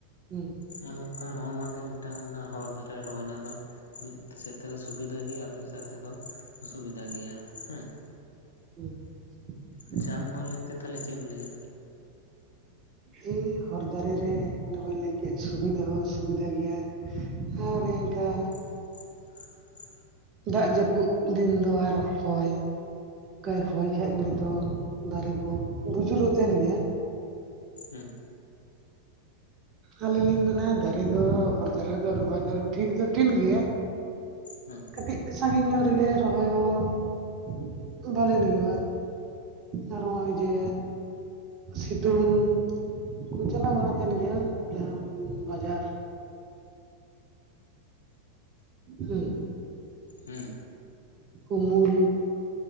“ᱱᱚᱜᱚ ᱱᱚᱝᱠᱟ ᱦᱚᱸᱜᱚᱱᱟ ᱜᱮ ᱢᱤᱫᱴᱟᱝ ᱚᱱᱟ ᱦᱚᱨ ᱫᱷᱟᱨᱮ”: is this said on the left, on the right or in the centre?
Left